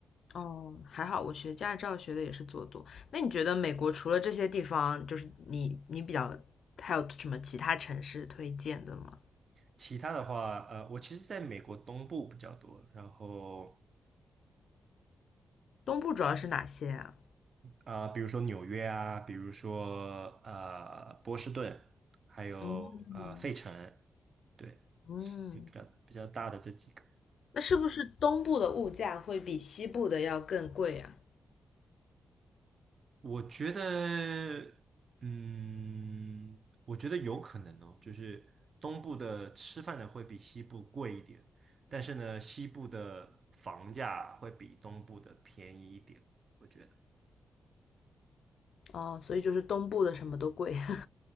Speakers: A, on the left; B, on the right.
A: 哦，还好我学驾照学的也是左舵。那你觉得美国除了这些地方，就是你你比较还有什么其他城市推荐的吗？
B: 其他的话，呃，我其实在美国东部比较多，然后
A: 东部主要是哪些啊？
B: 啊、呃比如说纽约啊，比如说呃波士顿，还有呃费城，
A: 嗯
B: 对，
A: 嗯。
B: 就比较比较大的这几个。
A: 那是不是东部的物价会比西部的要更贵呀？
B: 我觉得，嗯，我觉得有可能哦，就是东部的吃饭的会比西部贵一点，但是呢，西部的房价会比东部的便宜一点，我觉得。
A: 哦，所以就是东部的什么都贵。<laughs>